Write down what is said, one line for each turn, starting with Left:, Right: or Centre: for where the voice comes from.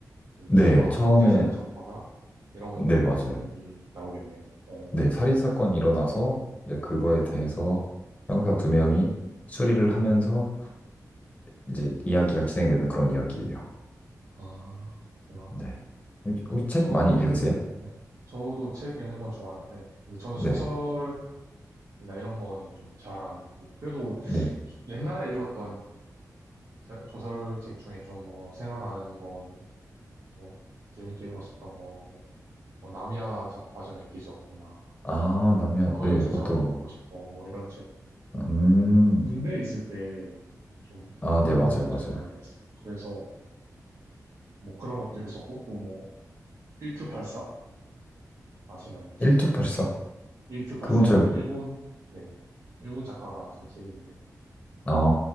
Left: 네,
Right: 추적하거나
Left: 처음에,
Right: 범죄자를 잡거나 이런 것들에
Left: 네, 맞아요.
Right: 대한 내용이 나오겠네요. 어,
Left: 네, 살인사건이 일어나서 이제 그거에
Right: 네.
Left: 대해서 형사 두 명이 수리를 하면서 이제 이야기가 진행되는 그런 이야기예요.
Right: 아, 그렇구나.
Left: 네. 혹시 혹시 책
Right: 저는,
Left: 많이 읽으세요?
Right: 네. 저도 책 읽는 건 좋아하는데, 근데 저는
Left: 네,
Right: 소설이나 이런 거는 좀 잘 안 읽고, 그래도
Left: 네.
Right: 옛날에 읽었던 세- 소설책 중에 좀 뭐 생각나는 거는 뭐 재밌게 읽었었던 거, 뭐 나미야 잡화점의 기적이나
Left: 아, 남면,
Right: 너의
Left: 네,
Right: 재장을
Left: 그것도,
Right: 먹고 싶어, 뭐 이런 책.
Left: 음,
Right: 군대에 있을 때 좀
Left: 아,
Right: 그런
Left: 네, 맞아요,
Right: 것들을
Left: 맞아요.
Right: 많이 읽었어요. 그래서 뭐 그런 것들이 있었고, 또 뭐, 1 q 8 4 아시나요, 혹시?
Left: 일특별사?
Right: 1 q 8
Left: 그건
Right: 4 이제
Left: 잘,
Right: 그
Left: 모-
Right: 일본, 네. 일본 작가가 쓴 책인데,
Left: 아,